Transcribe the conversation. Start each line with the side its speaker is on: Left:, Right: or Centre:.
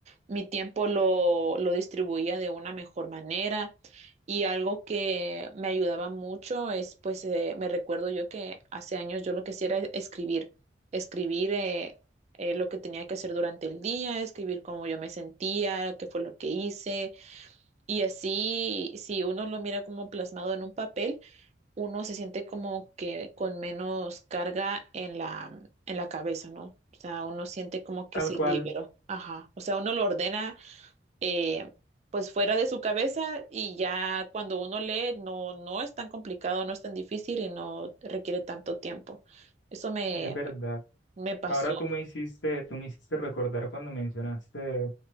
Right: mi tiempo lo, lo distribuía de una mejor manera y algo que me ayudaba mucho es pues eh, me recuerdo yo que hace años yo lo que hacía era escribir, escribir eh, eh, lo que tenía que hacer durante el día, escribir cómo yo me sentía, qué fue lo que hice y así si uno lo mira como plasmado en un papel uno se siente como que con menos carga en la, en la cabeza, ¿no? O sea, uno siente como que
Left: Tal
Right: se
Left: cual,
Right: liberó. Ajá. O sea, uno lo ordena eh, pues fuera de su cabeza y ya cuando uno lee no, no es tan complicado, no es tan difícil y no requiere tanto tiempo. Eso me,
Left: es verdad.
Right: me pasó.
Left: Ahora tú me hiciste, tú me hiciste recordar cuando mencionaste